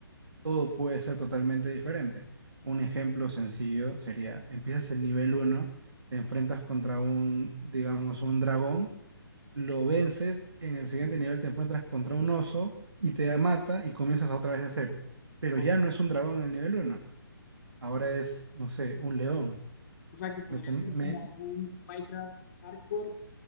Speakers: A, on the right (about 80°); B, on the left (about 40°).
A: todo puede ser totalmente diferente. Un ejemplo sencillo sería, empiezas el nivel uno, te enfrentas contra un, digamos, un dragón, lo vences, en el siguiente nivel te enfrentas contra un oso
B: Entiendo.
A: y te mata y comienzas otra vez de cero. Pero
B: Ok.
A: ya no es un dragón en el nivel uno. ahora es, no sé, un león.
B: O sea, que podría
A: Me, com-
B: ser
A: me-
B: como un Minecraft hardcore.